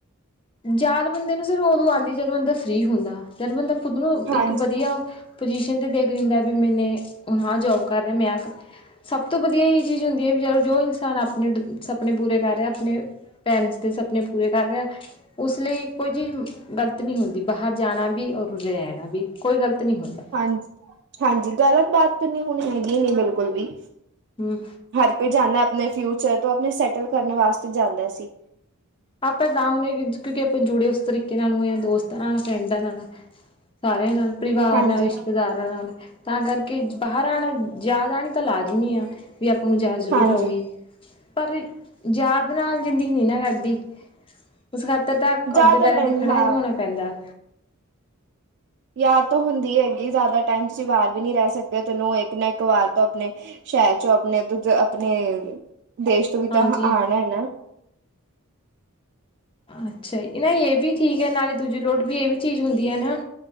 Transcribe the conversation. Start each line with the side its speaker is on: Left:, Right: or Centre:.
Left: ਯਾਦ ਬੰਦੇ ਨੂੰ ਸਿਰਫ ਉਦੋਂ ਆਉਂਦੀ ਜਦੋਂ ਬੰਦਾ ਫਰੀ ਹੁੰਦਾ, ਜਦ ਬੰਦਾ ਖੁਦ ਨੂੰ
Right: ਹਾਂਜੀ,
Left: ਇੱਕ ਵਧੀਆ ਪਜੀਸ਼ਨ ਤੇ ਦੇਖ ਲੈਂਦਾ, ਵੀ ਮੈਨੇ ਹੁਣ ਆਹ ਜੋਬ ਕਰ ਰਿ ਮੈਂ ਸਭ ਤੋਂ ਵਧੀਆ ਇਹੀ ਚੀਜ਼ ਹੁੰਦੀ ਹੈ, ਵੀ ਚਲ ਜੋ ਇਨਸਾਨ ਆਪਣੇ ਸਪਨ ਪੂਰੇ ਕਰ ਰਿਹਾ ਆਪਣੇ ਪੈਰੈਂਟਸ ਦੇ ਸਪਨੇ, ਪੂਰੇ ਕਰ ਰਿਹਾ ਉਸ ਲਈ ਕੋਈ ਚੀਜ਼ ਗ਼ਲਤ ਨਹੀਂ ਹੁੰਦੀ, ਬਾਹਰ ਜਾਣਾ ਵੀ ਔਰ ਉ ਰਹਿਣਾ ਵੀ, ਕੋਈ ਗ਼ਲਤ ਨਹੀਂ ਹੁੰਦਾ।
Right: ਹਾਂਜੀ, ਹਾਂਜੀ ਗਲਤ ਬਾਤ ਤਾਂ ਨਹੀਂ ਹੁਣ ਹੈਗੀ ਨਹੀਂੀ, ਬਿਲਕੁਲ ਵੀ।
Left: ਹਮ।
Right: ਹਰ ਕੋਈ ਜਾਂਦਾ ਆਪਣੇ ਫਿਊਚਰ ਤੋਂ, ਆਪਣੇ ਸੈਟਲ ਕਰਨ ਵਾਸਤੇ ਜਾਂਦਾ ਸੀ।
Left: ਆਪਾਂ ਤਾਂ ਹੁਣੇ, ਕਿਉਂਕਿ ਆਪਾਂ ਜੁੜੇ ਉਸ ਤਰੀਕੇ ਨਾਲ ਹੋਏਾਂ ਦੋਸਤਾਂ ਨਾਲ, ਫਰੈਂਡਾਂ ਨਾਲ। ਸਾਰਿਆਂ ਨਾਲ ਪਰਿਵਾਰ
Right: ਹਾਂਜੀ
Left: ਨਾਲ ਰਿਸ਼ਤੇਦਾਰਾਂ ਨਾਲ, ਤਾਂ ਕਰਕੇ ਬਾਹਰ ਆਉਣਾ ਜ਼ਿਆਦਾ ਆਉਣੀ ਤਾਂ ਲਾਜ਼ਮੀ ਆ ਵੀ ਆਪਾਂ ਨੂੰ ਯਾਦ ਜ਼ਰੂਰ
Right: ਹਾਂਜੀ
Left: ਆਉਗੀ, ਪਰ ਯਾਦ ਨਾਲ ਜ਼ਿੰਦਗੀ ਨਹੀਂ ਨਾ ਕਟਦੀ। ਉਸ ਖਾਤਰ ਤਾਂ,
Right: ਜ਼ਿਆਦਾ
Left: ਆਪਦੇ ਪੈਰਾਂ
Right: ਟਾਈਮ
Left: ਤੇ ਖੜਾ
Right: ਹਾਂ
Left: ਹੀ ਹੋਣਾ ਪੈਂਦਾ।
Right: ਯਾਦ ਤਾਂ ਹੁੰਦੀ ਹੈਗੀ, ਜ਼ਿਆਦਾ ਟਾਈਮ ਤੁਸੀਂ ਬਾਹਰ ਵੀ ਨਹੀਂੀ ਰਹਿ ਸਕਦੇ, ਤੈਨੂੰ ਇੱਕ ਨਾ ਇੱਕ ਵਾਰ ਤੋਂ ਆਪਣੇ ਸ਼ਹਿਰ 'ਚ ਆਪਣੇ, ਆਪਣੇ ਦੇਸ਼ ਤੋਂ ਵੀ ਤਾਂ
Left: ਹਾਂਜੀ
Right: ਆਉਣਾ ਹੈ ਨਾ।
Left: ਅੱਛਾ, ਨਾ ਇਹ ਵੀ ਠੀਕ ਹੈ, ਨਾਲੇ ਦੂਜੀ ਲੋੜ ਵੀ ਇਹ ਵੀ ਚੀਜ਼ ਹੁੰਦੀ ਹੈ ਨਾ